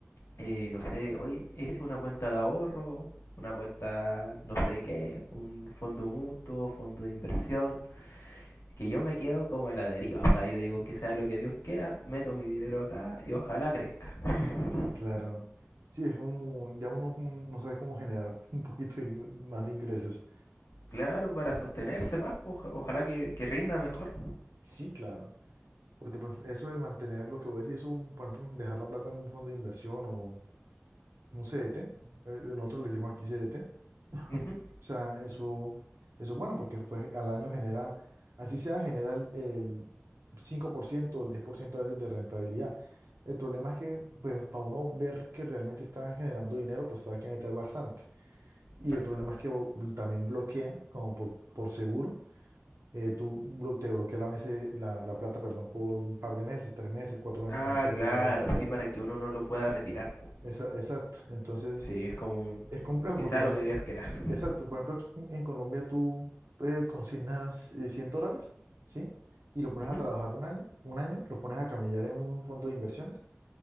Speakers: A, on the left (about 70°); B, on the right (about 80°).
A: eh, no sé, hoy es una cuenta de ahorro, una cuenta no sé qué, un fondo mutuo, fondo de inversión. Que yo me quedo como a la deriva. O sea, yo digo que sea lo que Dios quiera, meto mi dinero acá y ojalá crezca. <laughs>
B: Sí, claro. Sí, es un, ya uno como no sabe cómo generar <laughs> un poquito de ing- más de ingresos.
A: Claro, para sostenerse más, pues, ojalá que, que rinda mejor.
B: Sí, claro. Porque pues, eso de mantener lo que voy a decir, eso, por ejemplo, dejar la plata en un fondo de inversión o un CDT, eh, nosotros le decimos aquí CDT, O
A: Ujú.
B: sea, eso, eso es bueno porque pues, al año genera, así sea, genera el, el 5% o el 10% a veces de rentabilidad. El problema es que, pues, para uno ver que realmente están generando dinero, pues, hay que meter bastante. Y
A: Exacto.
B: el problema es que bo- también bloquea, como por, por seguro, eh, tú blo- te bloquea la, mese- la, la plata, perdón, por un par de meses, tres meses, cuatro meses
A: Ah,
B: que no puedes
A: claro,
B: tocar el dinero.
A: sí, para que uno no lo pueda retirar, po.
B: Esa- exacto. Entonces,
A: Sí, es como
B: es complejo
A: que
B: porque,
A: sea
B: por
A: lo
B: ejemplo,
A: que Dios quiera. <laughs>
B: exacto, por ejemplo, aquí en en Colombia tú eh, consignas eh, 100 dólares, ¿sí? Y lo pones
A: Ujú.
B: a trabajar un año, un año, lo pones a camellar en un fondo de inversiones